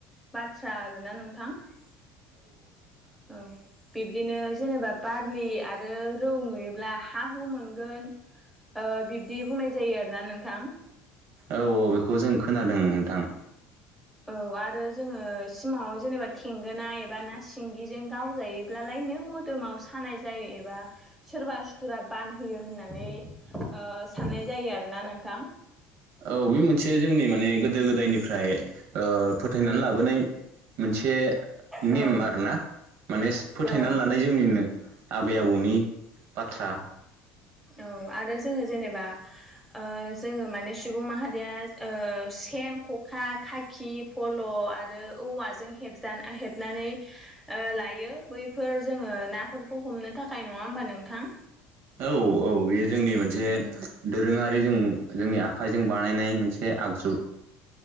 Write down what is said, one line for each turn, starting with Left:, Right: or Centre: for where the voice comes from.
Centre: बाथ्रा आरोना नोंथां औ । बिब्दिनो जेनेबा बारलि आरो रौ नुयोब्ला हा हु मोनगोन । ओ बिब्दि बुंनाय जायो आरोना नोंथां।
Right: औ औ बेखौ जों खोनादों नोंथां ।
Centre: औ आरो जोङो सिमाङाव जेनेबा थेंगोना एबा ना सिंगिजों गावजायोब्लालाय नो मोदोमाव सानाय जायो एबा सोरबा सुथुरा बानहोयो होननानै ओ साननाय जायो आरोना नोंथां।
Right: औ बे मोनसे जोंनि माने गोदो गोदायनिफ्राय ओ फोथायनानै लाबोनाय मोनसे
Centre: औ
Right: नेम आरोना माने फोथायनानै
Centre: औ
Right: लानाय जोंनिनो। आबै आबौनि बाथ्रा।
Centre: औ आरो जोङो जेनेबा ओ जोङो माने सुबुं माहारिया ओ सेन ख'खा खाखि फल' आरो औवाजों हेबजानाय हेबनानै ओ लायो बैफोर जोंङो नाफोरखौ हमनो थाखाय नङा होमबा नोंथां?
Right: औ औ बेयो जोंनि मोनसे
Centre: उम
Right: दोरोङारि जों जोंनि आखाइजों बानायनाय मोनसे आगजु ।